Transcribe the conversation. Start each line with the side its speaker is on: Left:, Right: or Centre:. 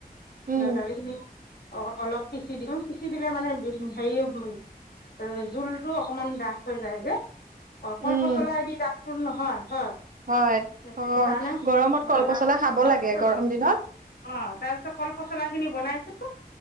Right: উম
Left: দালিখিনি অলপ পিচি দিছোঁ। পিচি দিলে মানে হেৰি জোলটো অকমান ডাঠ হৈ যায় যে। অ'
Right: উম
Left: কল পচলাদি দাথটো নহয়, হয়।
Right: হয়
Left: হে-হেটোকৰণে
Right: অ গৰমত
Left: ধৰি
Right: কল
Left: লোৱা
Right: পচলা খাব
Left: কল
Right: লাগে
Left: পচলা
Right: গৰম দিনত
Left: অ' তাৰ পিছত কল পচলা খিনি বনাইছো